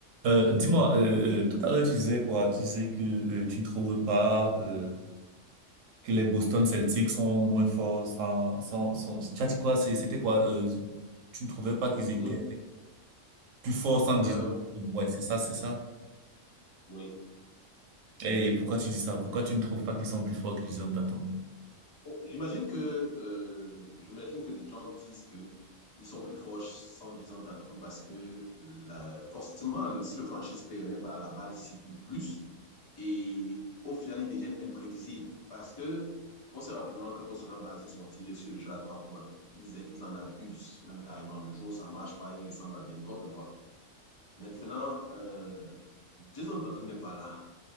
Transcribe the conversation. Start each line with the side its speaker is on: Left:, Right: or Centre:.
Right: Euh, dis-moi, euh, euh, tout à l'heure tu disais quoi? Tu disais que euh, tu ne trouves pas euh, que les Boston Celtics sont moins forts sans, sans, sans... Tu as dit quoi? C'est- C'était quoi? Euh, tu ne trouvais pas qu'ils étaient
Left: Non,
Right: plus forts sans
Left: euh,
Right: Jason Tatum. Ouais, c'est ça, c'est ça.
Left: oui.
Right: Et pourquoi tu dis ça? Pourquoi tu ne trouves pas qu'ils sont plus forts que Jason Tatum?
Left: J'imagine que, euh, j'imagine que les gens disent que ils sont plus forts sans Jason Tatum parce que la- forcément, le, si le franchise player n'est pas là, la balle circule plus et au final, ils deviennent imprévisibles parce que on sait rapidement que Boston a basé son tir sur le jeu à trois points. Ils, ils en abusent même carrément. Le jour où ça marche pas, ils ressemblent à n'importe quoi. Maintenant, euh, Jason Tatum n'est pas là.